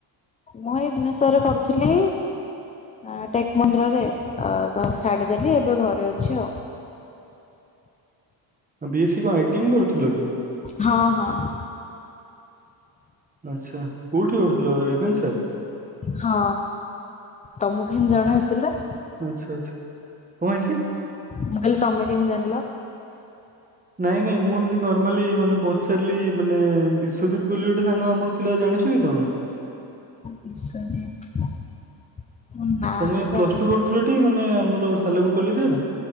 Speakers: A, on the left; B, on the right.
A: ମୁଁ ଏଇ <unintelligible> <unintelligible> କରିଥିଲି ଆଁ ଟେକ୍ ମନ୍ଦିରରେ ଏଁ ତ ଛାଡି ଦେଲି ଏବେ ଘରେ ଅଛି ଆଉ।
B: ବିଏସ କଣ ଏଟି ଏମ୍ କରୁଥିଲ କି?
A: ହଁ ହଁ।
B: ଆଚ୍ଛା କୋଉଠି କରୁଥିଲ ରେଭେନ୍ସାରେ?
A: ହଁ ତମକୁ କେମିତି ଜଣା ଆସିଲା।
B: ଆଚ୍ଛା ଆଚ୍ଛା। କଣ ହେଇଛି
A: ମୁଁ କହିଲି ତମେ କେନି ଜଣିଲ।
B: ନାଇଁ ନାଇଁ ମୁଁ ଏମତି ନର୍ମାଲି ମାନେ ପଚାରିଲି ମାନେ ବିଶ୍ଵଜିତ ବୋଲି ଗୋଟେ ସାଙ୍ଗ ଆମର ଥିଲ ଜାଣିଛ କି ତମେ?
A: ବିଶ୍ୱନିତ ନା
B: ତମେ
A: ତ
B: ପ୍ଲସ
A: ଜାଣିନି
B: ଟୁ କରୁଥିଲଟି ମାନେ ଆମର ସାଲେପୁର କଲେଜରେ